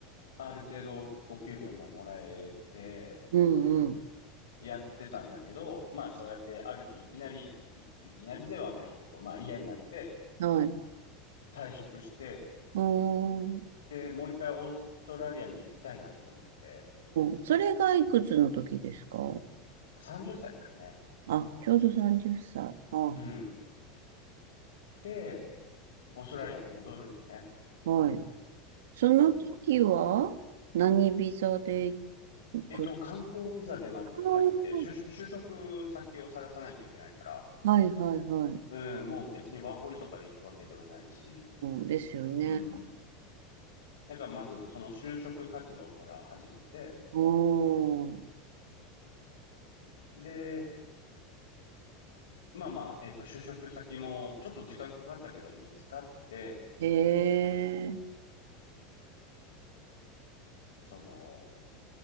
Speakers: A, on the left; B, on the right.
A: ある程度お給料ももらえて、
B: うん。うん。
A: やってたんだけど、まあそうやってある日いきなり、い、いきなりではないけど、まあ嫌になって
B: はい。
A: 退職して、
B: おー。
A: で、もう一回オーストラリアに行きたいなって思って、
B: おー。それがいくつの時ですか
A: 30歳だね。
B: あ、ちょうど30歳。あ
A: うん。で、オーストラリアに戻るね。
B: あはい。その時は何ビザで
A: うん。
B: 行く
A: えっと、観光ビザでまず入って、
B: あー
A: 就職、就職先を探さないといけないから、
B: はいはいはい。
A: うん、もう別にワーホリとかで行くわけではないし、
B: うん、ですよね。
A: うん。だからまずその就職活動から始めて、
B: おー、
A: で、まあまあ、えっと、就職先もちょっと時間かかったけど見つかって、
B: へえ、
A: その、